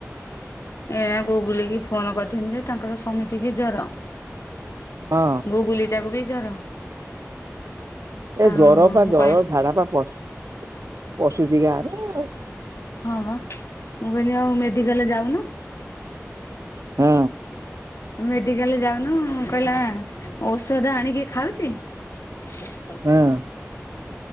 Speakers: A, on the left; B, on the right.
A: ଏ ଏ ଗୁଗୁଲି କି ଫୋନ୍ କରିଥିନି ଯେ ତାଙ୍କର ସମିତିକି ଜର।
B: ହଁ।
A: ଗୁଗୁଲି ଟାକୁ ବି ଜର।
B: ଏ
A: ଆଉ
B: ଜର ପା
A: ମୁଁ
B: ଜର
A: କହେ
B: ଝାଡା ପା ପଶ ପଶୁଚି ଗାଁ ରେ।
A: ହଁ ବା ମୁଁ କହିନି ଆଉ ମେଡିକାଲ ଯାଉନୁ।
B: ହୁଁ।
A: ମେଡ଼ିକାଲେ ଯାଉନୁ କହିଲା ଔଷଧ ଆଣିକି ଖାଉଚି। <inaudible>
B: ହଁ